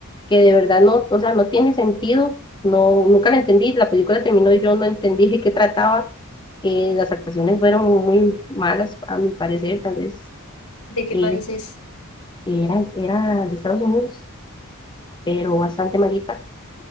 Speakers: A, on the left; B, on the left.
A: que de verdad no, o sea, no tiene sentido, no, nunca la entendí, la película terminó y yo no entendí de qué trataba, eh, las actuaciones fueron muy malas a mi parecer, tal vez
B: ¿De qué
A: eh,
B: países?
A: era, era de Estados Unidos, pero bastante malita.